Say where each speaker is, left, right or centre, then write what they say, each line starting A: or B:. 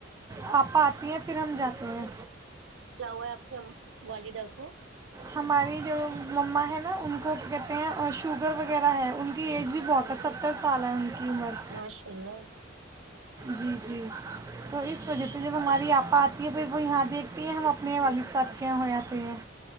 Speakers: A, on the right (about 15°); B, on the right (about 80°).
A: پاپا آتی ہیں پھر ہم جاتے ہیں
B: کیا ہوا آپ کے والدہ کو
A: ہماری جو مما ہے نا ان کو کیا کہتے ہیں شوگر وغیرہ ہے ان کی ایج بھی بہت ہے ستر سال ہے ان قیمر
B: ماشاء اللہ
A: جی جی تو اس وجہ سے جب ہماری آپا آتی ہے پھر وہ یہاں دیکھتی ہیں ہم اپنے والد ساتھ یہاں ہو جاتے ہیں